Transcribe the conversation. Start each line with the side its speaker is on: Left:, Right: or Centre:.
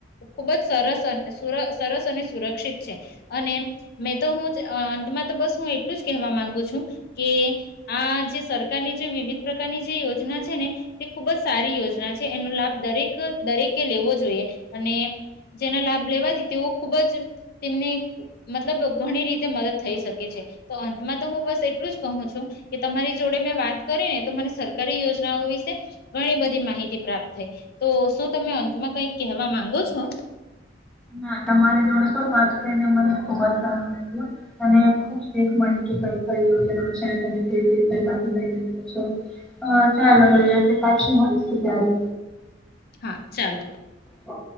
Left: ખુબ જ સર સરસ અને સુરક્ષિત છે અને મેં તો હું જ અંતમાં તો બસ હું એટલું જ કહેવા માંગુ છું કે, આ જે સરકારની જે વિવિધ પ્રકારની જે યોજના છે ને તે ખૂબ જ સારી યોજના છે એનો લાભ દરેક દરેકે લેવો જોઈએ અને જેના લાભ લેવાથી તેઓ ખુબ જ તેમને મતલબ ઘણી રીતે મદદ થઈ શકે છે. તો અંતમાં તો હું બસ એટલું જ કહું છું કે તમારી જોડે મેં વાત કરી ને તો મને સરકારી યોજનાઓ વિશે ઘણી બધી માહિતી પ્રાપ્ત થઈ. તો શું તમે અંતમાં કઈક કહેવા માંગો છો?
Centre: ના તમારી જોડે પણ વાત કરીને મને ખુબ જ સારું લાયગુ અને ખુબ શીખ મળી કે કઈ કઈ યોજના છે. તમે કેવી રીતે લાભ લઈ રહ્યા છો. ચાલો હવે આપડે પાછા મળીશું ત્યારે.
Left: હા, ચાલો.
Centre: હ અ.